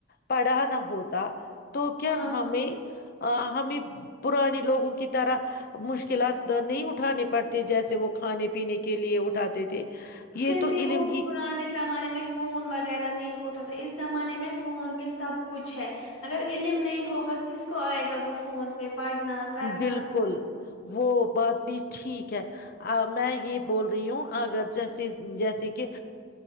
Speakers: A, on the left (about 50°); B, on the left (about 80°).
A: پڑھا نہ ہوتا تو کیا
B: ہاں
A: ہمیں آ ہمیں <unintelligible> پرانے لوگوں کی طرح مشکلات نہیں اٹھ اٹھانے پڑتے جیسے وہ کھانے پینے کے لیے اٹھاتے تھے
B: پھر
A: یہ تو
B: بھی وہ
A: علم ہی
B: پرانے زمانے میں فون وغیرہ نہیں ہوتا ت تھا اس زمانے میں فون پہ سب کچھ ہے اگر علم نہیں ہوگا کس کو آئے گا وہ فون پہ پڑھنا کرنا
A: بالکل وہ بات بھی ٹھیک ہے میں یہ بول رہی ہوں اگر جیسے جیسے کہ